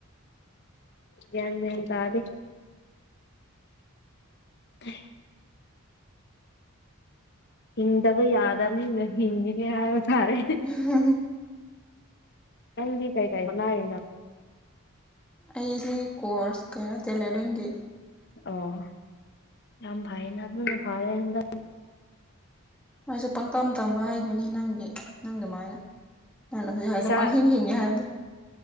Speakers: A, on the left; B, in the centre.
A: ꯌꯦꯟ ꯃꯦꯟ ꯇꯗꯤ꯫ ꯀꯩ ꯍꯤꯟꯗꯕꯨ ꯌꯥꯗ ꯑꯃꯅꯤ ꯍꯗꯤꯅꯦ ꯍꯥꯏꯕ ꯇꯔꯦ꯫
B: <unintelligible>
A: ꯅꯥꯪꯗꯤ ꯀꯥꯏ ꯀꯥꯏ ꯍꯣꯠꯅꯔꯤꯅꯣ ꯫
B: ꯑꯩꯗꯤ ꯀꯣꯔꯁ ꯀꯩꯅꯣ ꯇꯦꯂꯦꯔꯤꯡꯒꯤ꯫
A: ꯑꯣ ꯌꯥꯝ ꯐꯥꯏꯅ ꯑꯗꯨꯅ ꯅ ꯐꯔ ꯍꯟꯗꯛ
B: ꯃꯣꯏꯁꯨ ꯄꯪꯇꯝ ꯇꯝꯕ ꯍꯥꯏꯗꯣꯏꯅꯤ ꯅꯪꯒꯤ ꯅꯪ ꯑꯗꯨꯃꯥꯏꯅ ꯅꯅ ꯍꯧꯖꯤꯛ
A: ꯄꯩꯁꯥ
B: ꯍꯥꯏꯗꯣ ꯄꯪꯍꯤꯡ ꯍꯤꯡꯉꯦ ꯍꯥꯏꯕꯗꯣ